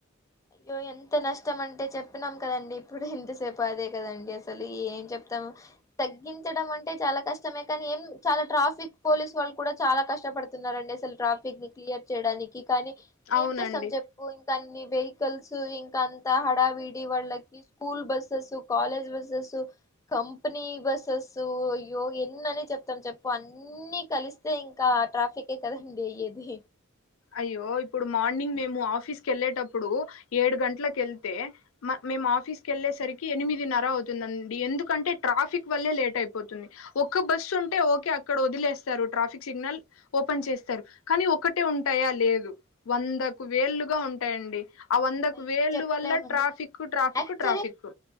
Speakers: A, on the left; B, on the left.
A: అయ్యో ఎంత నష్టం అంటే చెప్పినాం కదండి ఇప్పుడు ఎంతసేపు అదే కదండి అసలు ఏం చెప్తాము తగ్గించడం అంటే చాలా కష్టమే కానీ ఏం చాలా ట్రాఫిక్ పోలీస్ వాళ్ళు కూడా చాలా కష్టపడుతున్నారండి అసలు ట్రాఫిక్ ని క్లియర్ చేయడానికి కానీ
B: అవునండి
A: ఏం చేస్తాం చెప్పు ఇంకా అన్ని వేహ్ హికల్స్ ఇంకా అంత హడావిడి వాళ్ళకి school buses college buses company buses అయ్యో ఎన్నని చెప్తాం చెప్పు అన్ని కలిస్తే ఇంకా ట్రాఫిక్ కే కదండి అయ్యేది
B: అయ్యో ఇప్పుడు మార్నింగ్ మేము ఆఫీస్కేళ్ళేటప్పుడు ఏడు గంటలక వెళ్తే మేము ఆఫీస్కి వెళ్ళేసరికి ఎనిమిదిన్నర అవుతుందండి ఎందుకంటే ట్రాఫిక్ వల్లే లేట్ అయిపోతుంది ఒక్క బస్సు ఉంటే ఓకే అక్కడ వదిలేస్తారు ట్రాఫిక్ సిగ్నల్ ఓపెన్ చేస్తారు కానీ ఒకటే ఉం టాయా లేదు వందకు వేళ్లుగా ఉంటాయండి ఆ వందకు
A: అయ్యో
B: వేళ్ళు
A: చెప్పలేమండి
B: వల్ల ట్రాఫిక్ ట్రాఫిక్
A: యాక్చువలీ
B: ట్రాఫిక్